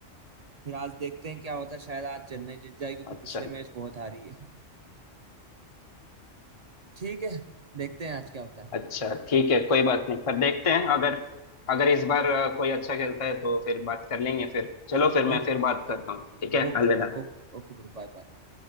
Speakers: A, on the right; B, on the left.
A: फिर आज देखते हैं क्या होता है शायद आज चेन्नई जीत जाए क्योंकि
B: अच्छा
A: पिछले मैच बहुत हारी है ठीक है देखते हैं आज क्या होता है
B: अच्छा ठीक है कोई बात नहीं पर देखते हैं अगर अगर इस बार अ, कोई अच्छा खेलता है तो फिर बात कर लेंगे फिर चलो फिर मैं
A: Okay.
B: फिर बात करता हूँ ठीक है
A: Okay
B: अलविदा
A: okay okay bro bye bye bye.